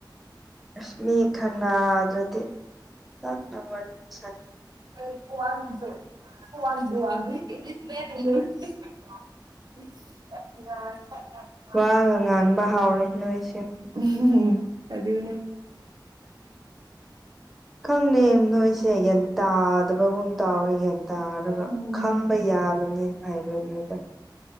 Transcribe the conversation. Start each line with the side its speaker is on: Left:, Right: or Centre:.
Centre: ꯑꯁ ꯃꯤ ꯈꯟꯅꯗ꯭ꯔꯗꯤ ꯄꯥꯛꯅ ꯋꯥꯔꯤ ꯁꯥꯅꯤꯡ
Right: <unintelligible> <unintelligible>
Centre: ꯋꯥ ꯒ ꯉꯥꯡꯕ ꯍꯥꯎꯔꯦ ꯅꯣꯏꯁꯦ
Right: ꯎꯝ ꯑꯗꯨꯗꯅꯦ
Centre: ꯈꯪꯅꯦ ꯅꯣꯏꯁꯦ ꯒ꯭ꯌꯥꯟ ꯇꯥꯗꯕꯒꯨꯝ ꯇꯥꯎꯋꯦ ꯒ꯭ꯟ ꯇꯥꯔꯒ
Right: ꯎꯝ
Centre: ꯈꯪꯕ ꯌꯥꯕꯅꯤ ꯍꯥꯏꯕꯅꯤꯗ